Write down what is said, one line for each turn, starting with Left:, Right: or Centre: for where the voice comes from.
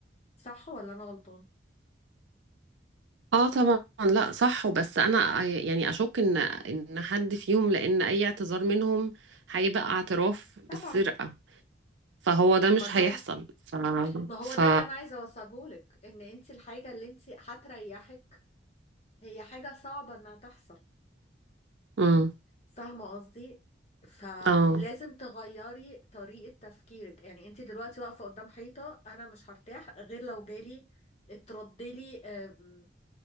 Left: صح ولا انا غلطان
Right: اه طبعا لا صح وبس انا يعني اشك ان ان حد فيهم لان اي اعتذار منهم هيبقى اعتراف بالسرقة
Left: طبعا
Right: فهو ده مش
Left: ما طبعا
Right: هيحصل ف
Left: ما هو
Right: ف
Left: ده اللي انا عايزه اوصله لك ان انت الحاجه اللي انت هتريحك هي حاجه صعبه انها تحصل
Right: امم
Left: فاهمة قصدي فلازم
Right: اه
Left: تغيري طريقة تفكيرك يعني انت دلوقتي واقفة قدام حيطة انا مش هرتاح غير لو جالي تردلي آم،